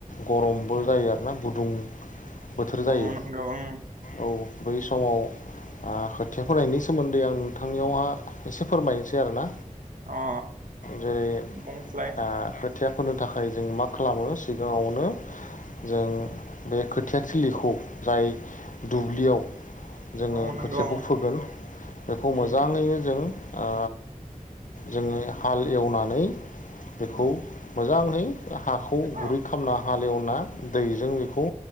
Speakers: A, on the left (about 65°); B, on the right (about 65°).
A: गरमबो
B: औ
A: जायो आरो ना गुदुं बोथोर जायो।
B: औ नंगौ ओं
A: औ। बै समाव आ खोथिया फरायनायनि सोमोन्दै आं नोंथांनियावहा एसे फोरमायनोसै। ना
B: अ
A: जेरै
B: बुंस्लाय
A: आ खोथिया होनो थाखाय जों मा खालामो सिगाङावनो जों बे खोथिया थिलिखौ जाय दुब्लियाव जोङो
B: औ नंगौ
A: खोथियाखौ
B: ओं
A: फोगोन खौ
B: उम
A: मोजाङैनो जों ओ जोङो हाल एवना नै बेखौ
B: अ
A: मोजाङै हाखौ गुरै
B: अ
A: खालामना हालेवना दैजों बेखौ